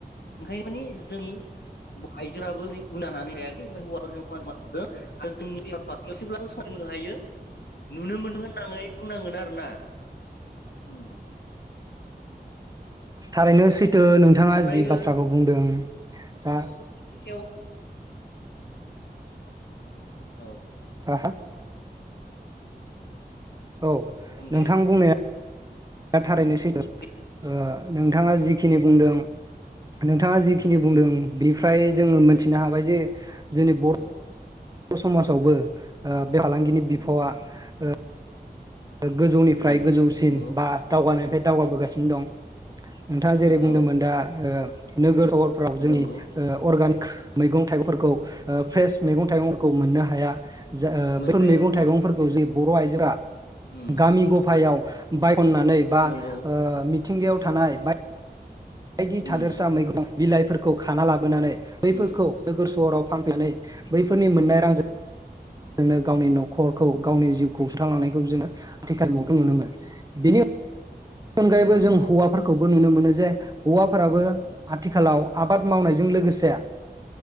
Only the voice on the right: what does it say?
थारैनो सै नो नोंथांङा
जि बाथ्राखौ बुंदों दा
हा औ
नोंथां
बुंनाया <inaudible> <unintelligible> थारैनो सैदों
ओ नोंथाङा जिखिनि बुंदों नोंथाङा जिखिनि बुंदों ब्रिफ्राय जोङो मोनथिनो हाबाय जे जोंनि बर
<unintelligible> समाजावबो ओ बे आलांगिनि बिफावा ओ ओ गोजौनिफ्राय
गोजौसिन
बा दावगानो <unintelligible> दावगाबोगासिनो दं नोंथांङा जेरै बुंदोंमोन
दा ओ नोगोर सहरफ्राव जोंनि
ओ अर्गानिक मैगं -थाइगंफोरखौ ओ फ्रेस मैगं- थाइगंफोरखौ मोननो हाया जा ओ बैफोर
मैगं-
थाइगंफोरखौ जों बर' आइजोफ्रा-
गामि गफायाव- बाय- अननानै बा
ओ मिथि- थिंगायाव थानाय बाय- बायदि थादोरसा
मैगं- बिलाइफोरखौ खाना लाबोनानै- <unintelligible> बैफोरखौ
नोगोर सहराव- फानफैनानै बैफोरनि मोननाय रांजों नो गावनि न'खरखौ गावनि जिउखौ सुस्रांलांनायखौ जोंङो आथिखाल मुगाखौ नुनो मोनो बेनि उ- बेनि अनगायैबो
जों हौवाफोरखौबो नुनो मोनो। नो जे हौवाफोराबो आथिखालाव आबाद मावनायजों लोगोसे-